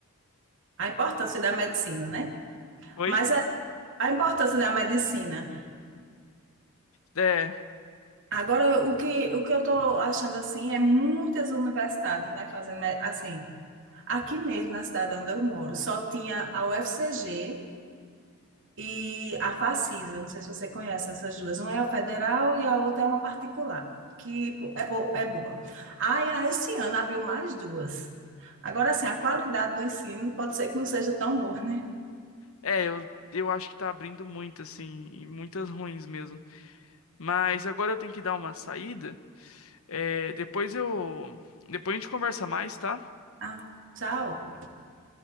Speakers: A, on the right; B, on the left.
A: A importância da medicina, né?
B: Oi?
A: Mas assim, a importância da medicina.
B: É,
A: Agora, o que, o que eu estou achando assim é muitas universidades, né, fazendo me- assim. Aqui mesmo na cidade onde eu moro, só tinha a UFCG e a Facisa. Não sei se você conhece essas duas. Uma é a federal e a outra é uma particular, que pô, é boa, é boa. Aí, a esse ano abriu mais duas. Agora, assim, a qualidade do ensino pode ser que não seja tão boa, né?
B: é, eu, eu acho que tá abrindo muito, assim, e muitas ruins mesmo. Mas agora eu tenho que dar uma saída. É, depois eu. Depois a gente conversa mais, tá?
A: Ah, tchau,